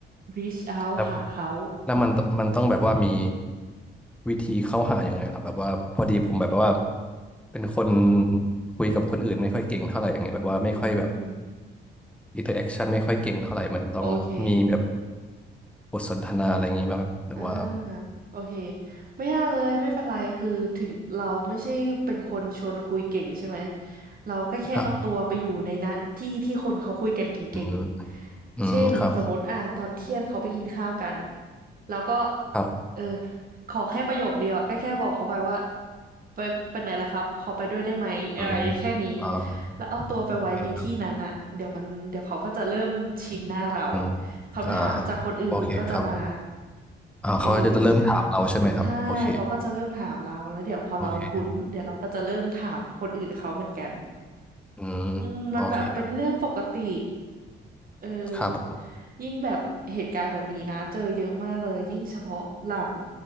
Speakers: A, on the right (about 45°); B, in the centre.
A: reach out
B: แล้ว
A: หาเขา
B: แล้วมันมันต้องแบบว่ามีวิธีเข้าหายังไงล่ะแบบว่าพอดีผมแบบว่าเป็นคนคุยกับคนอื่นไม่ค่อยเก่งเท่าไหร่อย่างเงี้ยแบบว่าไม่ค่อยแบบ
A: อืม
B: อินเตอร์แอคชั่นไม่ค่อยเก่งเท่าไหร่มันต้องมีแบบ
A: โอเค
B: บทสนทนาอะไรอย่างงี้มาแบบหรือว่า
A: อ่าโอเคไม่ยากเลยไม่เป็นไรคือถึงเราไม่ใช่เป็นคนชวนคุยเก่งใช่ไหมเราก็แค่เอาตัวไปอยู่ในนะที่ที่คนเขาคุยกันเก่งๆเช่นสมมติอ่ะตอนเที่ยงเขาไปกินข้าวกัน
B: ครับอืมอืมครับ
A: แล้วก็
B: ครับ
A: เออขอแค่ประโยคเดียวอะก็แค่บอกเขาไปว่าไปไปไหนล่ะครับขอไปด้วยได้ไหมเออแค่นี้
B: อืมอ่า
A: แล้วเอาตัวไปไว้ในที่นั้นอะเดี๋ยวมันเดี๋ยวเขาก็จะเริ่มชินหน้าเรา
B: โอเคครับอืม
A: คำถามจากคนอื่นมันก็จะมา
B: อ่าโอเคครับอ่าเขาก็จะเริ่มถามเราใช่ไหมครับโอเค
A: เออใช่ใช่เขาก็จะเริ่มถามเราแล้วเดี๋ยวพอเราคุ้นเดี๋ยวเราก็จะเริ่มถามคนอื่นเขาเหมือนกัน
B: โอเคอืม
A: อืมมันแบบเป็นเรื่องปกติ
B: โอเคครับ
A: เออ
B: ครับผม
A: ยิ่งแบบเหตุการณ์แบบนี้นะเจอเยอะมากเลยยิ่งเฉพาะหลัง